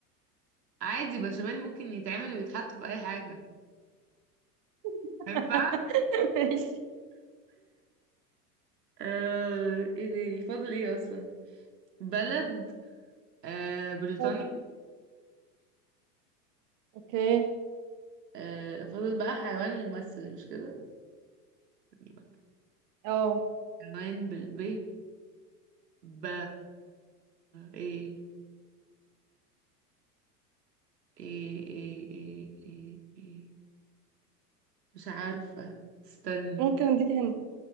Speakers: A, on the right; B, on the right.
A: عادي بشاميل ممكن يتعمل ويتحط في اي حاجة
B: <laughs>
A: ما ينفعش
B: ماشي
A: آه ايه تاني فاضل ايه اصلا بلد آه بريطانيا
B: حلو. اوكي
A: آه فاضل بقى حيوان وممثل مش كده استني بقى.
B: اه
A: حيوان بالب ب ايه ايه ايه ايه ايه, إيه. مش عارفة استني
B: ممكن اديك هنا